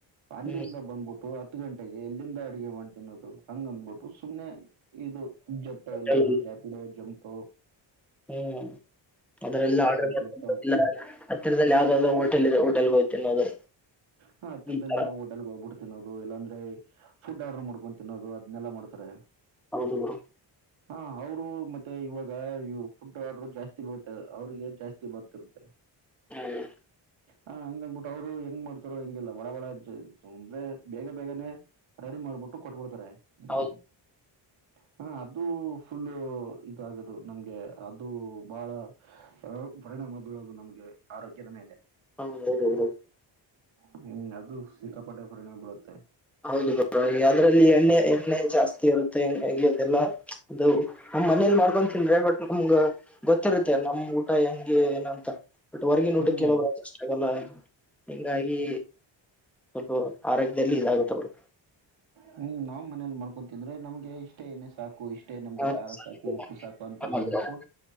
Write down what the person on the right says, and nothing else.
ಅಲ್ಲಿಂದ
ಬಂದ್ಬಿಟ್ಟು. ಹತ್ತು ಗಂಟೆಗೆ ಎಲ್ಲಿಂದ ಅಡುಗೆ ಮಾಡ್ ತಿನ್ನೋದು ಹಂಗಂದಬಿಟ್ಟು ಸುಮ್ಮನೆ. ಇದು ಜೇಪಿಟೊ ಎಲ್ಲಾ
ರಫೀಡೋ ಜಮಟೊ.
ಜಪ್ಟೋ
ಹಾ ಹತ್ತಿರದಲ್ಲಿ
ಇರೋ ಹೋಟೆಲ್. ಹೋಟೆಲ್ ಹೋಗ್ಬಿಟ್ಟು ತಿನ್ನೋದು ಇಲ್ಲಾಂದ್ರೆ ಫುಡ್ ಆರ್ಡರ್ ಮಾಡ್ಕೊಂಡು ತಿನ್ನೋದು ಅದ್ನ್ನಲ್ಲ ಮಾಡ್ತಾರೆ.
ಹಾ ಅವರು ಮತ್ತೆ ಇವಾಗ ಫುಡ್ ಆರ್ಡರು ಜಾಸ್ತಿ ಬರುತ್ತೆ ಅವ್ರಿಗೆ ಜಾಸ್ತಿ ಬರ್ತಿರುತ್ತೆ.
ಹ ಹಂಗಂದ್ಬಿಟ್ಟು ಅವ್ರು ಹೆಂಗ್ ಮಾಡ್ತಾರೋ ಹೆಂಗಿಲ್ಲ ಬಡ ಬಡ ಅಂ ಅಂದ್ರೆ ಬೇಗ ಬೇಗನೆ. ರೆಡಿ ಮಾಡ್ಬಿಟ್ಟು ಕೊಟ್ಬಿಡ್ತಾರೆ.
<inaudible> ಹಾ ಅದು ಫುಲ್ಲು ಇದಾಗದು ನಮ್ಗೆ ಅದು ಬಹಳ. ಅಹ ಪರಿಣಾಮ ಬೀಳೋದು ನಮ್ಗೆ ಆರೋಗ್ಯದ ಮೇಲೆ.
ಹ್ಮ್ ಅದು ಸಿಕ್ಕಾಪಟ್ಟೆ ಪರಿಣಾಮ ಬೀಳುತ್ತೆ.
ಹ್ಮ್
ಹ್ಮ್ ನಾವ್ ಮನೇಲಿ ಮಾಡ್ಕೊತಿಂದ್ರೆ ನಮ್ಗೆ ಇಷ್ಟೇ ಎಣ್ಣೆ ಸಾಕು ಇಷ್ಟ ನಮ್ಗೆ
ಖಾರ ಸಾಕು ಉಪ್ಪು ಸಾಕು ಅಂತ
ಅನ್ಕೊಂಡ್ಬಿಟ್ಟು